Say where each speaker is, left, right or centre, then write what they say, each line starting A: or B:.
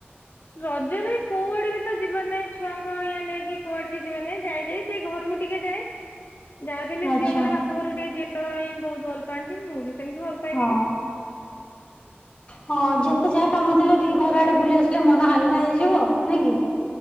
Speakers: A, on the left (about 55°); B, on the left (about 25°).
A: ରଜରେ କୋଉଆଡେ ବି ତ ଯିବାର୍ ନାହିଁ, ଛୁଆଙ୍କ ଇଏ ନେଇକି କୁଆଡେ ବି ଯିବ ନାହିଁ ଯାଇ ଯାଇ ସେ ଘରକୁ ଟିକେ ଯାଏ। ଯାହା ବି ହେଲେ
B: ଆଚ୍ଛା
A: ଝିଅ ମାନ ବାପ ଘରୁ ଟିକେ ଯିବା ପାଇଁ ବହୁତ ଭଲ ପାଆନ୍ତି, ମୁଁ ବି ସେମିତି ଭଲ ପାଏ
B: ହଁ,
A: ଟିକେ।
B: ହଁ ଯେତେ ଯାହା କାମ ଥିଲେ, ଟିକେ ଘର ଆଡେ ବୁଲି ଆସ ଶିଲେ ମନ ହାଲକା ହେଇଯିବ, ନାଇ କି,